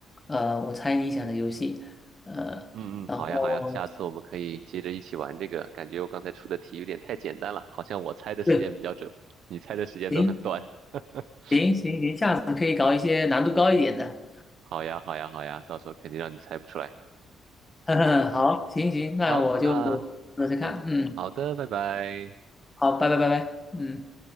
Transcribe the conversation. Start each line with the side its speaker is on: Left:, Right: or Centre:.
Left: 呃，我猜你想的游戏，呃，
Right: 嗯嗯，
Left: 然后
Right: 好呀好呀，下次我们可以接着一起玩这个。感觉我刚才出的题有点太简单了，好像我猜的时间比较准，
Left: 对，
Right: 你猜的时间都很短。
Left: 行
Right: <laughs>
Left: 行行行，下次可以搞一些难度高一点的，
Right: 好呀好呀好呀，到时候肯定让你猜不出来。
Left: <laughs> 呵呵，好，行行，那我就
Right: 好，那
Left: 试试看，
Right: 好好的，
Left: 嗯，
Right: 拜拜。
Left: 好，拜拜拜拜，嗯。